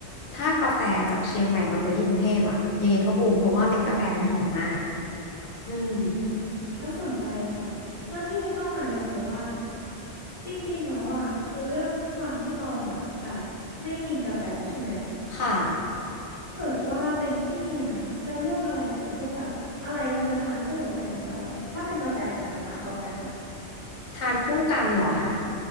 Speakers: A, on the left; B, on the left.
A: ถ้ากาแฟจากเชียงใหม่มาเปิดที่กรุงเทพอะยังไงก็บูมเพราะว่าเม็ดกาแฟมันหอมมากอืม
B: อืมน่าสนใจค่ะ แล้วที่นี้ต้องอ่ะอยากรู้ว่า จริงๆ แล้วอ่ะคือเรื่องความที่ตองอ่ะแบบไม่กินกาแฟใช่ไหม
A: ค่ะ
B: เกิดว่าเป็นพี่เมียจะเลือกอะไรคะพวกแบบอะไรมันจะทานคู่กับกาแฟจะอร่อยอ่ะถ้าเป็นกาแฟกันนะอ่ะเอากาแฟก่อน
A: ทานคู่กันเหรอคะ